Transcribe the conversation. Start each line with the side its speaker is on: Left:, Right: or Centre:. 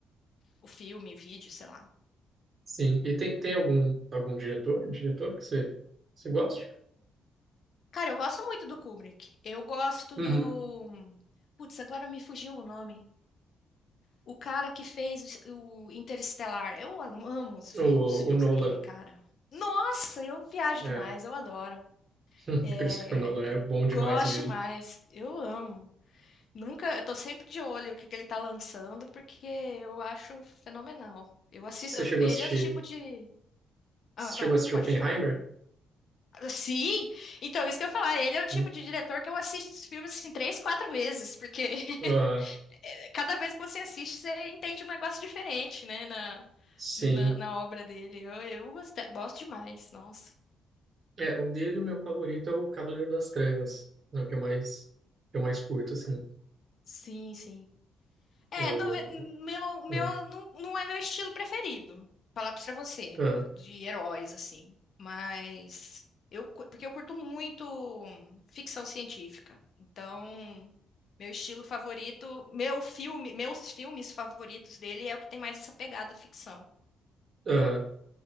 Left: o filme, vídeo, sei lá.
Right: sim. E tem, tem algum, algum diretor, diretor que você, você gosta?
Left: Cara, eu gosto muito do Kubrick. Eu gosto
Right: Uhum.
Left: do. Putz, agora me fugiu o nome. O cara que fez o o Interestelar. Eu amo os, fi-
Right: O,
Left: os filmes
Right: o Nolan,
Left: daquele cara. Nossa, eu viajo
Right: é,
Left: demais, eu adoro.
Right: <laughs>
Left: É,
Right: Christopher Nolan é bom demais
Left: gosto
Right: mesmo.
Left: demais, eu amo. Nunca, eu tô sempre de olho o que que ele tá lançando, porque eu acho fenomenal. Eu assisto,
Right: Você
Left: eu-
Right: chegou
Left: ele
Right: a assistir,
Left: é o tipo de. Ah,
Right: você
Left: não,
Right: chegou a assistir
Left: pode
Right: Oppenheimer?
Left: falar. Sim, então isso que eu ia falar, ele é o tipo
Right: Hum.
Left: de diretor que eu assisto os filmes assim três, quatro vezes, porque
Right: Ah,
Left: <laughs> cada vez que você assiste, você entende um negócio diferente, né, na,
Right: sim.
Left: na, na obra dele. Eu, eu gosto, gosto demais, nossa.
Right: É, o dele, o meu favorito é o Cavaleiro das Trevas, é o que eu mais, que eu mais curto, assim.
Left: Sim, sim. É,
Right: O,
Left: não, é- meu, meu,
Right: hum.
Left: não, não é meu estilo preferido, falar pra você,
Right: Ah,
Left: de heróis, assim. Mas eu, cu- porque eu curto muito ficção científica. Então, meu estilo favorito, meu filme, meus filmes favoritos dele é o que tem mais essa pegada ficção.
Right: Aham.